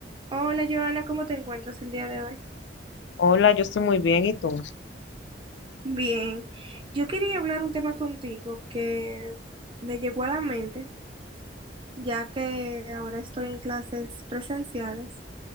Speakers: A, on the right (about 30°); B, on the left (about 75°).
A: Hola Joana, ¿cómo te encuentras el día de hoy?
B: Hola, yo estoy muy bien, ¿y tú?
A: Bien, yo quería hablar un tema contigo que me llegó a la mente, ya que ahora estoy en clases presenciales